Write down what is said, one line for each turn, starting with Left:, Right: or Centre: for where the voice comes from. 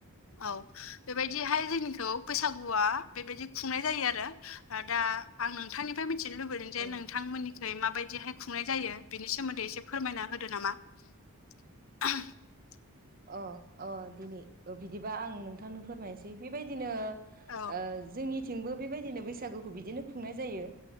Left: औ। बेबायदिहाय जोंनिखौ बैसागुआ बेबायदि खुंनाय जायो आरो। दा आं नोंथांनिफ्राय मिथिनो लुबैदों जे
Right: औ
Left: नोंथांमोननिखै माबायदिहाय खुंनाय जायो बिनि सोमोन्दै एसे फोरमायना होदो नामा। <inaudible>
Right: अ अ दिनै बिदिबा आं नोंथांनो फोरमायनोसै बेबायदिनो
Left: औ
Right: ओ जोंनिथिंबो बेबायदिनो बैसागुखौ बिदिनो खुंनाय जायो।